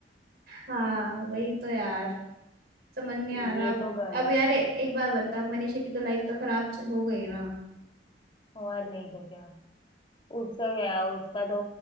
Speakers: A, on the right; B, on the left.
A: हाँ वही तो यार समझ नहीं
B: तो
A: आ रहा
B: ये
A: अब
B: तो गलत
A: अब यार
B: है
A: ए- एक बार बता मनीषा की तो लाइफ तो खराब च- हो गई ना
B: और नहीं तो क्या उसका क्या उसका तो